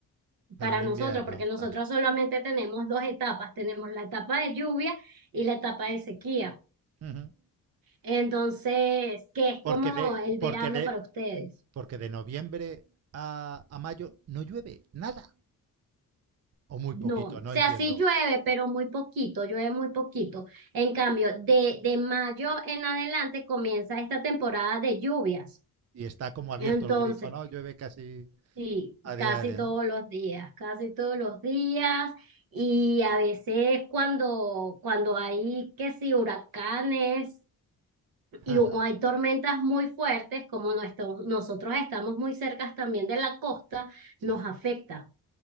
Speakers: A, on the right (about 45°); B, on the right (about 75°).
A: Para
B: para
A: el invierno,
B: nosotros, porque nosotros
A: claro.
B: solamente tenemos dos etapas, tenemos la etapa de lluvia y la etapa de sequía.
A: Ujú.
B: Entonces, que es
A: Porque
B: como
A: de,
B: el
A: porque
B: verano
A: de,
B: para ustedes?
A: porque de noviembre a, a mayo no llueve nada. O muy
B: No,
A: poquito,
B: o
A: no
B: sea,
A: entiendo.
B: sí llueve, pero muy poquito, llueve muy poquito. En cambio, de, de mayo en adelante comienza esta temporada de lluvias.
A: Y está como abierto
B: entonces.
A: el grifo, ¿no? Llueve casi
B: Sí,
A: a diario,
B: casi todos
A: ¿no?
B: los días, casi todos los días. Y a veces cuando, cuando hay que si huracanes y
A: Ajá.
B: o hay tormentas muy fuertes, como nuestro- nosotros estamos muy cerca también de la costa,
A: Sí.
B: nos afecta.